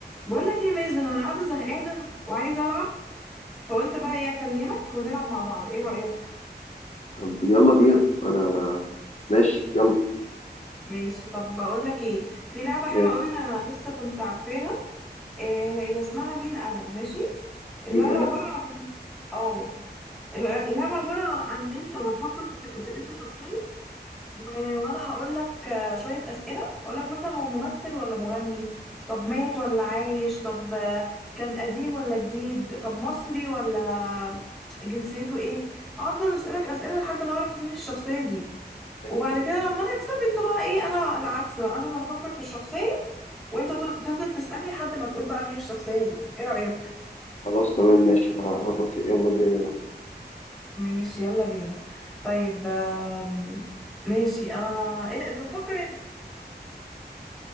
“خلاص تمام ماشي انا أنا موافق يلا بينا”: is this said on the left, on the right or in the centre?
Left